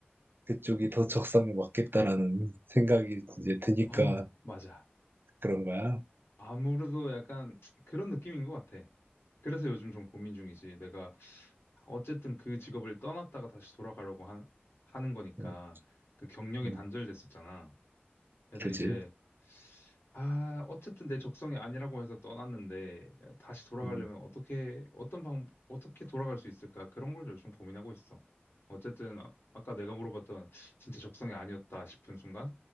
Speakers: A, on the right (about 60°); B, on the left (about 70°).
A: 그쪽이 더 적성에 맞겠다라는 생각이 이제 드니까
B: 어, 맞아.
A: 그런 거야.
B: 아무래도 약간 그런 느낌인 것 같아. 그래서 요즘 좀 고민 중이지. 내가 어쨌든 그 직업을 떠났다가 다시 돌아가려고 하는, 하는 거니까
A: 음,
B: 그 경력이
A: 음,
B: 단절됐었잖아. 그래서
A: 그지?
B: 이제 아, 어쨌든 내 적성이 아니라고 해서 떠났는데 다시 돌아가려면
A: 음,
B: 어떻게 어떤 방 어떻게 돌아갈 수 있을까? 그런 걸 요즘 고민하고 있어. 어쨌든 아, 아까 내가 물어봤던 진짜 적성이 아니었다 싶은 순간